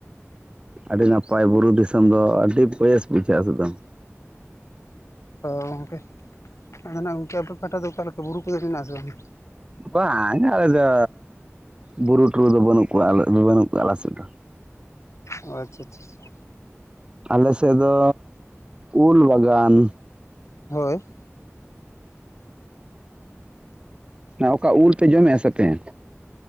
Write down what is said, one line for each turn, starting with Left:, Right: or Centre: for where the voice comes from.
Right: ᱟᱹᱰᱤ ᱱᱟᱯᱟᱭ ᱵᱩᱨᱩ ᱫᱤᱥᱚᱢ ᱫᱚ ᱟᱹᱰᱤ ᱵᱮᱥ ᱵᱩᱡᱷᱟᱹᱜᱼᱟ ᱥᱮᱫᱚᱢ᱾
Left: ᱛᱚ ᱜᱚᱢᱠᱮ ᱟᱫᱚ ᱱᱟᱦᱜ ᱜᱚᱝᱠᱮ ᱟᱯᱮ ᱯᱟᱦᱴᱟ ᱫᱚ ᱚᱠᱟ ᱞᱮᱠᱟ ᱵᱩᱨᱩ ᱠᱚᱫᱚ ᱢᱮᱱᱟᱜ-ᱟ ᱥᱮ ᱵᱟᱝ?
Right: ᱵᱟᱝ ᱟᱞᱮ ᱫᱚ ᱵᱩᱨᱩ ᱴᱷᱩᱨᱩ ᱫᱚ ᱵᱟᱹᱱᱩᱜ ᱠᱚᱣᱟ ᱵᱟᱹᱱᱩᱜ ᱠᱚᱣᱟ ᱟᱞᱮ ᱥᱮᱫ ᱫᱚ᱾
Left: ᱚ ᱟᱪᱪᱷᱟ ᱪᱷᱟ ᱪᱷᱟ᱾
Right: ᱟᱞᱮ ᱥᱮᱫ ᱫᱚ ᱩᱞ ᱵᱟᱜᱟᱱ᱾
Left: ᱦᱳᱭ᱾
Right: ᱚᱱᱟ ᱚᱠᱟ ᱩᱞ ᱯᱮ ᱡᱚᱢᱮ-ᱟ ᱥᱮ ᱯᱮᱸ?